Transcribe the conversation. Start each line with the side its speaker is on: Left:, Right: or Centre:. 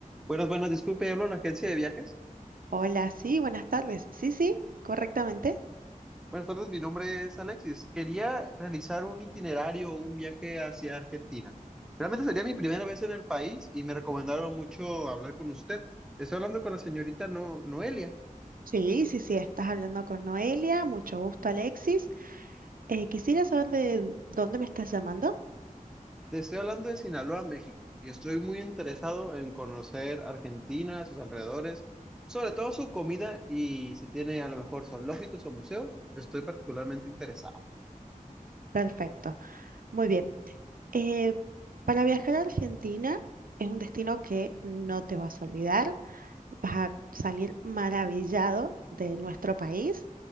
Centre: Buenas, buenas, disculpe, hablo en la agencia de viajes.
Right: Hola, sí, buenas tardes. Sí, sí, correctamente.
Centre: Buenas tardes, mi nombre es Alexis. Quería realizar un itinerario o un viaje hacia Argentina. Realmente sería mi primera vez en el país y me recomendaron mucho hablar con usted. Estoy hablando con la señorita No- Noelia.
Right: Sí, sí, sí, estás hablando con Noelia. Mucho gusto, Alexis. Eh, quisiera saber de dónde me estás llamando.
Centre: Te estoy hablando de Sinaloa, México, y estoy muy interesado en conocer Argentina, sus alrededores, sobre todo su comida y si tiene a lo mejor zoológicos o museos, estoy particularmente interesado.
Right: Perfecto, muy bien. Eh, para viajar a Argentina es un destino que no te vas a olvidar. Vas a salir maravillado de nuestro país.